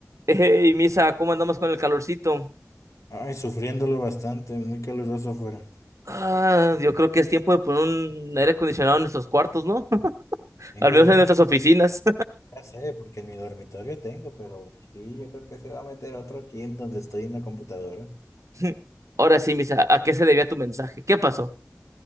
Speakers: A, on the right; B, on the left.
A: Hey, Misa, ¿cómo andamos con el calorcito?
B: Ay, sufriéndolo bastante, muy caluroso afuera.
A: Ah, yo creo que es tiempo de poner un aire acondicionado en nuestros cuartos, ¿no? <laughs>
B: Tengo
A: Al menos
B: uno
A: en nuestras
B: en mi,
A: oficinas.
B: ya sé, porque en mi dormitorio tengo, pero aquí yo creo que se va a meter otro aquí en donde estoy en la computadora.
A: <laughs> Ahora sí, Misa, ¿a qué se debía tu mensaje? ¿Qué pasó?